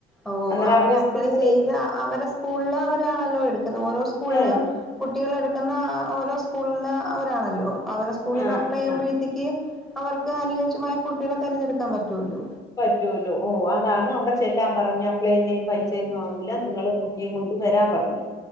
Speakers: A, in the centre; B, on the left (about 20°).
A: ഓ
B: അന്നേരം
A: അവരെ അപ്ലൈ
B: സ്കൂള്
A: ചെയ്ത് അവരെ സ്കൂളിൽ അവരാണല്ലോ എടുക്കുന്നത് ഓരോ സ്കൂളിലും
B: ആ
A: കുട്ടികൾ എ പട്ടുന്ന ഓരോ സ്കൂളില അവരാണല്ലോ അവരെ സ്കൂളിൽ
B: ആ
A: നിന്ന് അപ്ലൈ ചെയ്യുമ്പോഴത്തേക്ക്
B: ആ
A: അവർക്ക് അനുയോജ്യമായ കുട്ട്യാളെ തെരഞ്ഞെടുക്കാൻ പറ്റൊല്ലോ
B: പറ്റുവല്ലോ ഓ അതാണ് അ ചെല്ലാം പറഞ്ഞു അപ്ളൈ ചെയ്യുന്നതിന് പൈസ യൊന്നും ആവൂല നിങ്ങള് കുട്ടിയും കൊണ്ട് വരാൻ പറഞ്ഞു.